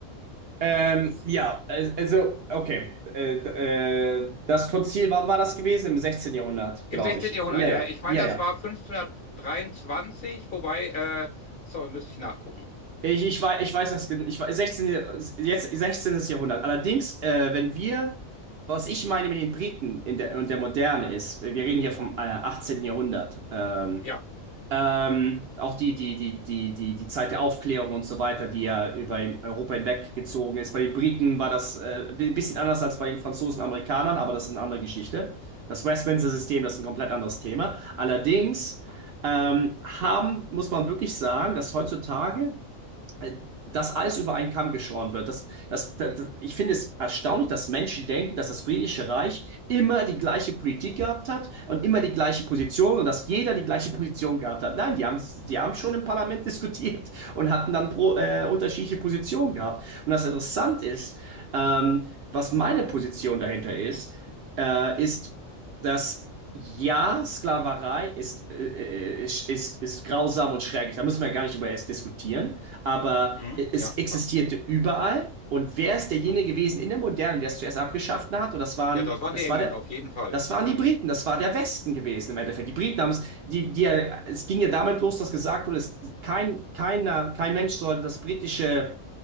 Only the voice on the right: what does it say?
Ähm, ja, al- also, okay. Äh, d- äh, das Konzil, wann war das gewesen? Im 16. Jahrhundert, glaube
ich.
Ja,
ja,
ja,
ja.
Ich, ich, wei- ich weiß das, gen- ich weiß, 16, jetzt 16. Jahrhundert. Allerdings, äh, wenn wir, was ich meine mit den Briten in der, und der Moderne ist, wir reden hier vom äh, 18. Jahrhundert, ähm,
ähm, auch die, die, die, die, die, die Zeit der Aufklärung und so weiter, die ja über Europa hinweggezogen ist. Bei den Briten war das äh, ein bisschen anders als bei den Franzosen und Amerikanern, aber das ist eine andere Geschichte. Das Westminster-System, das ist ein komplett anderes Thema. Allerdings ähm, haben, muss man wirklich sagen, dass heutzutage äh, dass alles über einen Kamm geschoren wird. Das, das, das, ich finde es erstaunlich, dass Menschen denken, dass das britische Reich immer die gleiche Politik gehabt hat und immer die gleiche Position und dass jeder die gleiche Position gehabt hat. Nein, die haben, die haben schon im Parlament <laughs> diskutiert und hatten dann pro, äh, unterschiedliche Positionen gehabt. Und das Interessante ist, ähm, was meine Position dahinter ist, äh, ist, dass ja, Sklaverei ist, äh, äh, ist, ist, ist grausam und schrecklich. Da müssen wir gar nicht über es diskutieren. Aber
es
existierte
überall. Und wer ist derjenige gewesen in der Moderne, der es zuerst abgeschafft hat? Und das waren,
das
war der,
das waren die Briten, das war der Westen gewesen im Endeffekt. Die Briten haben es, die, die, es ging ja damit los, dass gesagt wurde, es, kein, keiner, kein Mensch sollte das britische